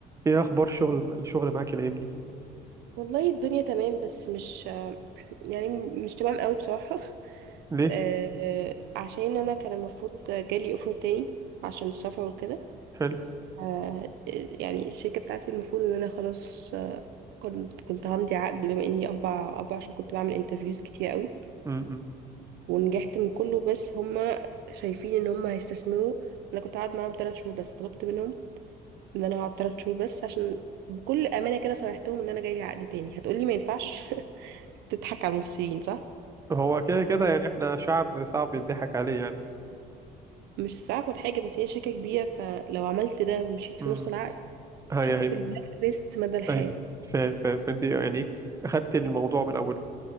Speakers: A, on the right; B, on the right.
A: ايه اخبار شغل الشغل معاك الايام دي
B: والله الدنيا تمام بس مش يعني مش تمام قوي بصراحة <laughs>
A: ليه
B: آه، آه، عشان انا كان المفروض جالي اوفر تاني عشان السفر وكده
A: حلو
B: آه، آه، يعني الشركة بتاعتي المفروض ان انا خلاص آه، كنت كنت همضي عقد بما اني اربع اربع شهور كنت بعمل انترفيوز كتير قوي
A: امم
B: ونجحت من كله بس هما شايفين ان هما هيستثمروا انا كنت قاعد معاهم ثلاث شهور بس طلبت منهم ان انا هقعد ثلاث شهور بس عشان بكل امانه كده صرحتهم ان انا جاي لي عقد تاني هتقولي ما ينفعش <laughs> تضحك على المصريين صح
A: هو كده كده يعني احنا شعب صعب يضحك عليه يعني
B: مش صعب ولا حاجة بس هي شركة كبيرة فلو عملت ده ومشيت في
A: امم
B: نص العقد
A: هاي
B: تحط
A: هاي
B: في البلاك ليست مدى الحياة
A: هاي فاهم فاهم فانت يعني اخدت الموضوع من اوله